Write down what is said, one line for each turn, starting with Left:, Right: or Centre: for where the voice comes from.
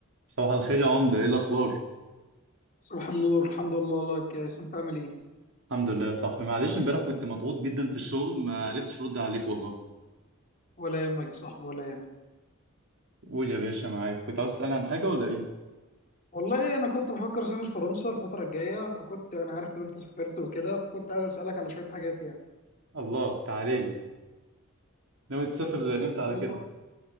Right: صباح الخير يا عمدة ايه الاخبار
Left: صباح النور الحمد لله لك يا ريس، انت عامل ايه
Right: الحمد لله يا صاحبي معلش امبارح كنت مضغوط جدا في الشغل ما عرفتش ارد عليك والله
Left: ولا يهمك يا صاحبي ولا يهمك
Right: قول يا باشا معاك كنت عاوز تسألني عن حاجة ولا ايه
Left: والله انا كنت بفكر اسافر فرنسا الفتره الجايه فكنت انا عارف ان انت سافرت وكده فكنت عايز اسالك على شويه حاجات يعني
Right: الله تعالى لي ناوي تسافر امتى على
Left: والله
Right: كده